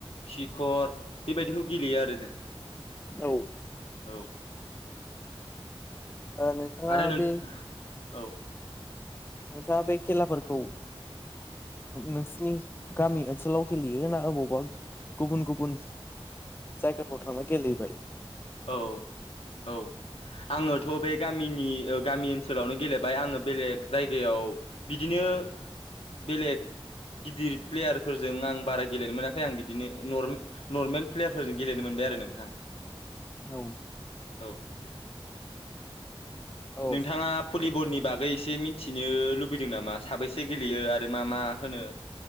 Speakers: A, on the left; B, on the left.
A: किक खकर बेबायदिखौ गेलेयो आरो जों
B: औ
A: औ
B: नोंथांङा
A: आरो नों
B: बे
A: औ
B: नोंथांङा बे खेलाफोरखौ नोंसिनि गामि ओनसोलाव गेलेयो ना अबावबा गुबुन गुबुन साइकेल फथारा गेले बाय
A: औ - औ आंयोथ' बे गामिनि गामि ओनसोलावनो गेलेबाय आंङो बेलेग जायगायाव बिदिनो बेलेग गिदिर प्लेयारफोरजों आं बारा गेलेनो मोनाखै आं बिदिनो नर्मेल प्लेयारफोरजों गेलेनो मोनबाय आरो नोंथां
B: औ
A: औ
B: औ
A: नोंथांङा भलिबलनि बागै एसे मिथिनो लुबैदों नामा साबैसे गेलेयो आरो मा मा मा होनो